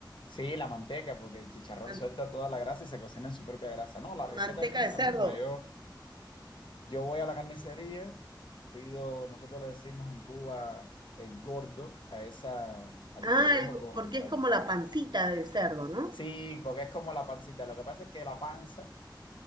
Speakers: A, on the left; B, on the right.
A: sí, la manteca, porque el chicharrón
B: man-
A: suelta toda la grasa y se cocina en su propia grasa. No, la receta
B: manteca
A: mía es
B: de
A: esa
B: cerdo.
A: misma. Yo, yo voy a la carnicería, pido, nosotros le decimos en Cuba el gordo, a esa, al pellejo
B: Ah, el-
A: con...
B: porque es
A: al-
B: como la pancita de cerdo, ¿no?
A: sí, porque es como la pancita. Lo que pasa es que la panza